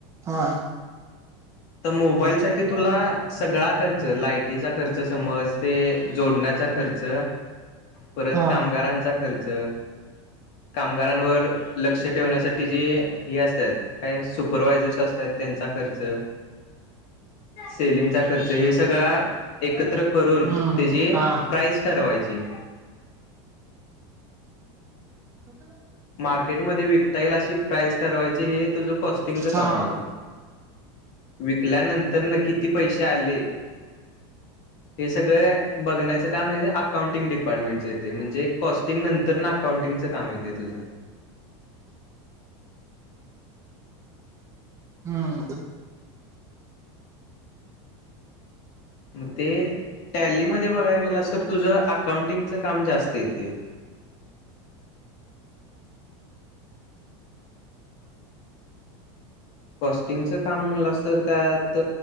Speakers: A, on the right; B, on the left.
A: हा
B: तर मोबाईल साठी तुला सगळा खर्च लायटीचा खर्च समज ते जोडण्या खर्च परत
A: हा
B: कामगारांचा खर्च कामगारांवर लक्ष ठेवण्यासाठी जे हे असतात काही सुपरवायझर्स असतात त्यांचा खर्च सेलिंगचा खर्च हे सगळा एकत्र करून
A: हम्म
B: त्याची
A: हम्म हा
B: प्राईस ठरवायची
A: म
B: मार्केटमध्ये विकता येईल अशी प्राइस ठरवायची हे तुझं कॉस्टिंगच
A: हा
B: काम आलं विकल्यानंतर न किती पैसे आले हे सगळं बघण्याचं काम म्हजे अकाउंटिंग डिपार्टमेंटचे येते म्हणजे कॉस्टिंग नंतर ना अकाउंटिंग काम येते तुझ
A: हम्म
B: नतेे टॅलीमध्ये बघा गेला सर तुझं अकाउंटिंगचं काम जास्त येते आई ईद कॉस्टिंगचं काम म्हणलं तर त्यात